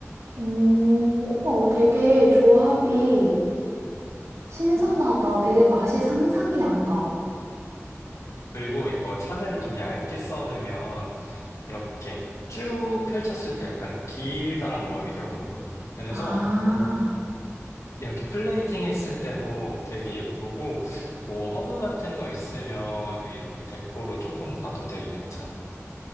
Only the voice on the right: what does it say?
오, 우와, 되게 조합이 신선하다. 되게 맛이 상상이 안 가.
아,